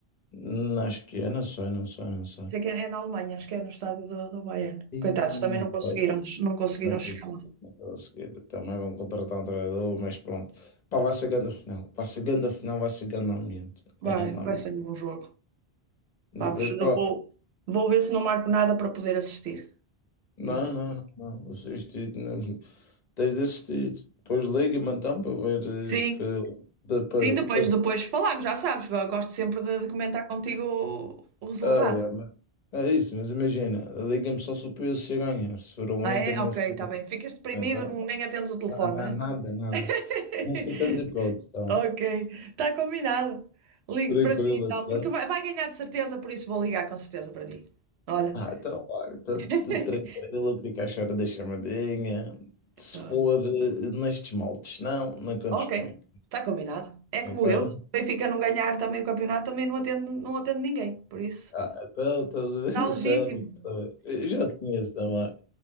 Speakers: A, on the left; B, on the right.
A: Não, Acho que é, não sei, não sei, não sei.
B: Sei que é, é na Alemanha, acho que é no estádio do, do Bayern.
A: E,
B: Coitados, também não conseguiram,
A: olha,
B: não conseguiram
A: não tens-
B: chegar lá.
A: não tens Também vão contratar um treinador, mas pronto. Pá, vai chegando a final. Vai chegando a final, vai chegando ao ambiente. É,
B: Vai,
A: no
B: vai
A: ambiente.
B: ser um bom jogo. Vamos,
A: Vai,
B: eu não
A: pá.
B: vou, vou ver se não marco nada para poder assistir.
A: Não,
B: nesse
A: não,
B: dia.
A: não, não. Vocês te- não- tens de assistir. Depois liga-me então para veres.
B: Sim,
A: Para, para,
B: sim, depois,
A: para...
B: depois falamos, já sabes, eu gosto sempre de, de comentar contigo o, o resultado.
A: Ah, é, mas- é isso, mas imagina. Liga-me só se o PSG ganhar. Se for o
B: Ah,
A: Inter,
B: é?
A: nesse...
B: Ok, está bem. Ficas deprimido,
A: não,
B: não- nem atendes o telefone,
A: não,
B: não é?
A: nada, nada.
B: <laughs>
A: Mas que tens hipótese, tá?
B: Ok, está combinado. Ligo
A: Tranquilo,
B: para ti então,
A: então.
B: porque vai, vai ganhar de certeza, por isso vou ligar com certeza para ti. Olha.
A: Ah, então, olha, está
B: <laughs>
A: tudo tranquilo, fica à espera da chamadinha. Se
B: Olha.
A: for eh, nestes moldes, não, não contes
B: Ok,
A: comigo.
B: está combinado. É
A: Ok?
B: como eu. Se o Benfica não ganhar também o campeonato, também não atendo, não atendo ninguém, por isso.
A: Ah, então, então, <laughs>
B: Está legítimo.
A: então, então, eu já te conheço também.